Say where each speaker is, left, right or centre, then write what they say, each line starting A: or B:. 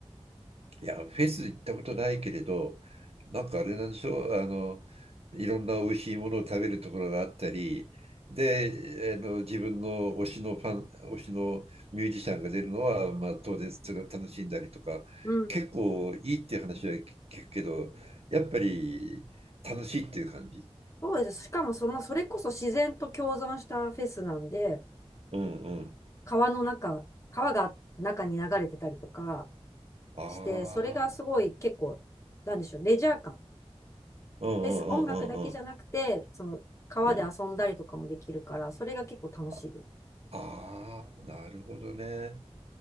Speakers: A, on the right; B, on the left.
A: いや、フェス行ったことないけれど、なんかあれなんでしょう、あの、いろんな美味しいものを食べるところがあったり、で、あの自分の推しのファン、推しのミュージシャンが出るのは、まあ、当然それを楽しんだりとか、
B: うん。
A: 結構いいっていう話は聞くけど、やっぱり楽しいっていう感じ。
B: そうです。しかもその、それこそ自然と共存したフェスなんで、
A: うんうん。
B: 川の中、川が中に流れてたりとか
A: ああ。
B: して、それがすごい結構、なんでしょう、レジャー感。
A: うんうんうんうん
B: フェス、音楽だけじゃなくて、その川で遊んだりとかもできるから、
A: うんうん。
B: それが結構楽しいです。
A: ああー、なるほどね。